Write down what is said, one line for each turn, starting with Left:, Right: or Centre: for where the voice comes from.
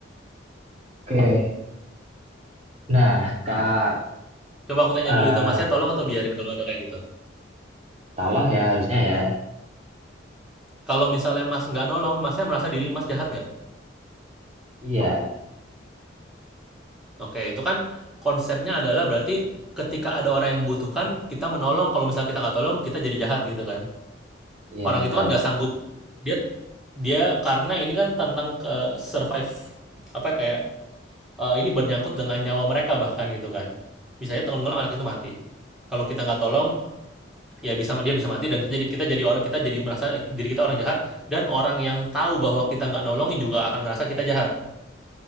Right: oke. Nah, Kak,
Centre: Coba aku tanya
Right: eh,
Centre: dulu itu, Masnya tolong atau biarin kalau ada kayak gitu?
Right: tolong ya harusnya ya.
Centre: Kalau misalnya Mas nggak nolong, Masnya merasa diri Mas jahat nggak?
Right: Iya,
Centre: Oke, itu kan konsepnya adalah berarti ketika ada orang yang membutuhkan, kita menolong, kalau misalnya kita nggak tolong, kita jadi jahat gitu kan.
Right: iya
Centre: Orang
Right: betul,
Centre: itu kan nggak sanggup. Dia dia karena ini kan tentang ke survive apa ya, kayak, eee, ini bernyangkut dengan nyawa mereka bahkan gitu kan. Misalnya tenggelam anak itu mati. Kalau kita nggak tolong, ya bisa dia bisa mati dan kita jadi kita jadi orang kita jadi merasa diri kita orang jahat dan orang yang tahu bahwa kita nggak nolongin juga akan ngerasa kita jahat.